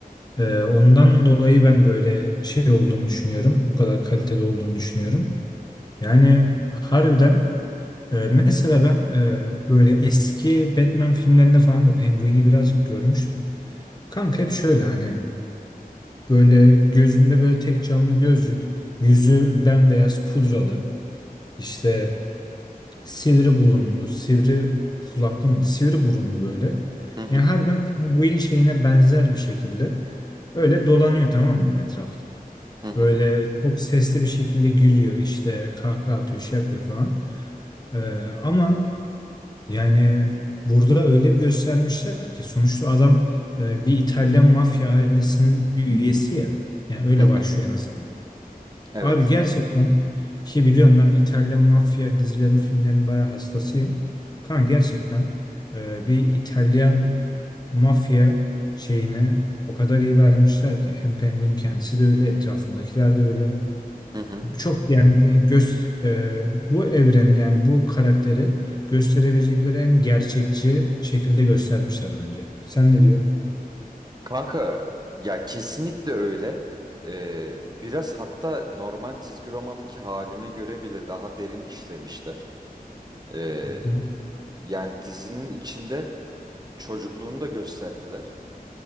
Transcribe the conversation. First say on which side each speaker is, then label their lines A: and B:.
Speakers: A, on the left; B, on the right.
A: Ee, ondan dolayı ben böyle şey olduğunu düşünüyorum. Bu kadar kaliteli olduğunu düşünüyorum. Yani harbiden Ee, mesela ben e, böyle eski Batman filmlerinde falan da Penguin'i birazcık görmüştüm. Kanka hep şöyle hani böyle gözünde böyle tek camlı gözlük, yüzü bembeyaz pudralı, işte sivri burunlu, sivri kulaklı mıydı? Sivri burunlu böyle.
B: Hı hı.
A: Yani harbiden Penguin şeyine benzer bir şekilde öyle dolanıyor tamam mı etrafta.
B: Hı hı.
A: Böyle çok sesli bir şekilde gülüyor işte kahkaha atıyor şey yapıyor falan. Ee, ama Yani burada öyle bir göstermişler ki sonuçta adam e, bir İtalyan mafya ailesinin bir üyesi ya. Yani öyle
B: Hı hı.
A: başlıyor en azından.
B: Evet.
A: Abi gerçekten ki biliyorum ben İtalyan mafya dizilerini, filmlerini bayağı hastasıyım. Kan gerçekten e, bir İtalyan mafya şeyine o kadar iyi vermişler ki hem Penguin kendisi de öyle, etrafındakiler de öyle.
B: Hı hı.
A: Çok yani göz e, bu evreni yani bu karakteri gösterebilecekleri en gerçekçi şekilde göstermişler bence. Sen ne diyorsun?
B: Kanka ya kesinlikle öyle. Ee, biraz hatta normal çizgi romandaki haline göre bile daha derin işlemişler. Ee,
A: Hı hı.
B: yani dizinin içinde çocukluğunu da gösterdiler.